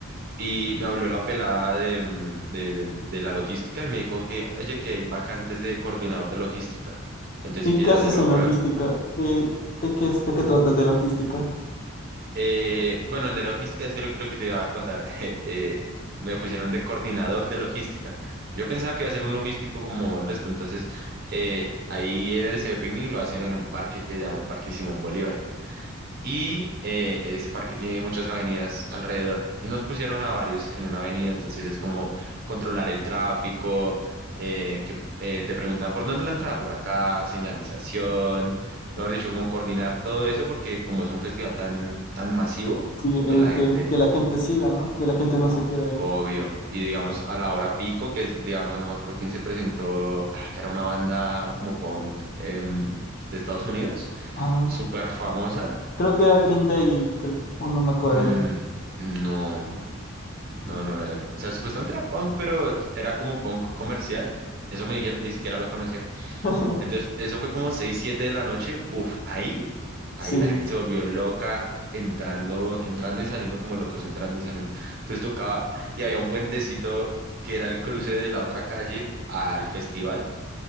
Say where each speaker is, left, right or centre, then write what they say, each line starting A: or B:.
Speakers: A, on the right (about 45°); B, on the left (about 40°).
A: Y me habló la pelada de, mm, de, de- de la logística y me dijo que, oye, que hay vacantes de coordinador de logística. Entonces,
B: ¿Y
A: si quieres
B: qué haces
A: hacer la
B: en
A: prueba.
B: logística? ¿De, de qué, es- de qué trata el de logística?
A: Eh, bueno, el de logística es que lo, lo que te iba a contar. <laughs> eh, eh, me pusieron de coordinador de logística. Yo pensaba que iba a ser un logístico como el resto. Entonces, eh, ahí en el Liceo de Picnic lo hacen en un parque que se llama el Parque Simón Bolívar. Y eh, ese parque tiene muchas avenidas alrededor. Y nos pusieron a varios en una avenida, entonces es como controlar el tráfico, eh, que eh, te preguntan por dónde es la entrada, por acá, señalización, mejor dicho, como coordinar todo eso, porque como es un festival tan, tan masivo,
B: Sí, eh,
A: pues la gente,
B: que, que la gente siga, ¿no? Que la gente no se quede ahí.
A: obvio. Y digamos, a la hora pico, que es, digamos, no me acuerdo quién se presentó, ah, era una banda como punk em, de Estados Unidos,
B: Ah,
A: súper famosa.
B: creo que era Green Day, el cre- o no me acuerdo.
A: Mm, no, no, no, no. O sea, supuestamente era punk, pero era como punk comercial. Eso me dijeron, ni siquiera lo conocía.
B: <laughs>
A: Entonces, eso fue como 6 7 de la noche. Buf, ahí, ahí
B: Sí,
A: la gente se volvió loca, entrando, entrando y saliendo como locos, entrando y saliendo. Entonces tocaba, y había un puentecito que era el cruce de la otra calle al festival.